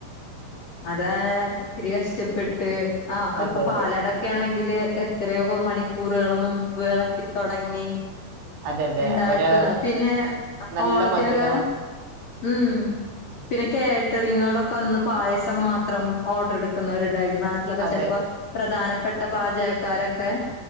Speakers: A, on the left; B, on the right.
A: അതാആ ഇത്തിരി കഷ്ടപ്പെട്ട് ആ ഇപ്പൊ
B: അതെ അതെ
A: പാലടൊ- ക്കെണെങ്കില് എത്രയൊക്കോ മണിക്കൂറുകൾ മുബ് എളക്കി തൊടങ്ങി.
B: അതെ അതെ
A: ഇണ്ടാക്ക്‌ണ്
B: അവര്
A: പിനെ
B: നല്ല
A: ഓണത്തിനൊക്കെ
B: മധുരം
A: ഉം. പിന്നെ കേട്ടറിങ്ങേളൊക്കന്ന് പായസം മാത്രം ഓഡ്രെടുക്കുന്നവര് ഇണ്ടായിരിക്കും ന്നാട്ട്- ട്ടിലൊക്കെ
B: അതെ
A: ചെൽപ്പോ പ്രധാനപ്പെട്ട പാചകക്കാരൊക്കെ.